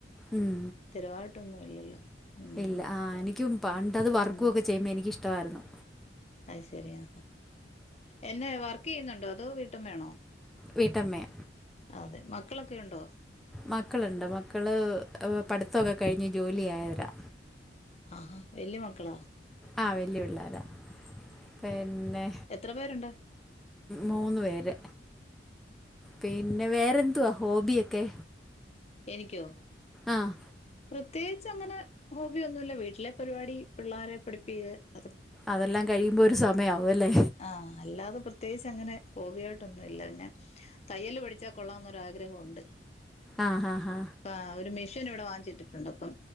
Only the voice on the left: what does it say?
സ്ഥിരമായിട്ടൊന്നും ഇല്ലല്ലോ ഉം
ഉം
അത് ശരിയാ എന്നെ വർക്ക്യ്യുന്നുണ്ടോ അതോ വീട്ടമ്മയാണോ
അതെ മക്കളൊക്കെ ഉണ്ടോ
ആഹാ വല്യമക്കളാ
എത്ര പേരുണ്ട്
എനിക്കോ
പ്രത്യേകിച്ച് അങ്ങനെ ഹോബി ഒന്നുല്ല വീട്ടിലെ പരിപാടി പിള്ളേരെ പഠിപ്പിക്കത്
ആഹ് അല്ലാതെ പ്രത്യേകിച്ച് അങ്ങനെ ഹോബിയായിട്ടൊന്നുല്ല പിന്നെ തയ്യല് പഠിച്ചാൽ കൊള്ളാന്നൊരാഗ്രഹണ്ട്
ആഹ് ഒരു മെഷീൻ ഇവിടെ വാങ്ങിച്ചിട്ടിട്ടുണ്ട് അപ്പം